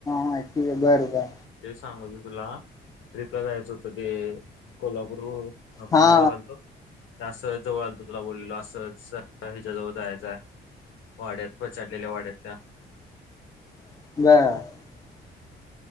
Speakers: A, on the left; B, on the left.
A: हा ठीक आहे बर बर.
B: ते सांगू की तुला ट्रिपला जायचं होतं की कोल्हापूरूर. आपण
A: हा
B: <unintelligible> घालतो? त्यासच जवळ आलतो तुला बोललेलो असंच हिच्याजवळ जायचंये वाड्यात. पछाडलेल्या वाड्यात त्या.
A: बंर